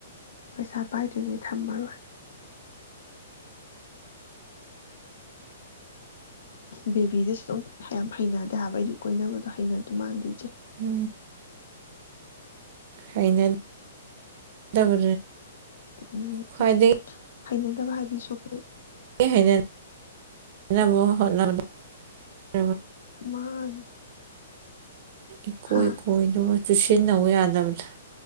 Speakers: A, on the left; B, on the right.
A: ꯄꯩꯁꯥ ꯄꯥꯏꯗ꯭ꯔꯤꯉꯩ ꯊꯝꯃꯔꯣꯏ꯫ ꯕꯦꯕꯤꯗꯤ ꯑꯗꯨꯨꯝ ꯌꯥꯝ ꯍꯩꯅꯗꯦ ꯍꯥꯏꯕ ꯑꯩꯗꯤ ꯀꯣꯏꯅꯕꯗꯣ ꯍꯩꯅꯗꯧ ꯃꯥꯟꯗꯦ ꯏꯆꯦ꯫
B: ꯎ ꯍꯩꯅ ꯗꯕ꯫
A: ꯎꯝ
B: ꯈ꯭ꯋꯥꯏꯗꯩ꯫
A: ꯍꯩꯅꯗꯕ ꯍꯥꯏꯗꯨꯏꯁꯨꯄꯨꯗꯤ꯫
B: <unintelligible> <unintelligible>
A: ꯃꯥꯅꯦ
B: ꯏꯀꯣꯏ
A: ꯍꯥ
B: ꯀꯣꯏꯗꫭꯕ꯫ ꯆꯨꯁꯤꯟꯅꯧ ꯌꯥꯗꯕꯗꫭ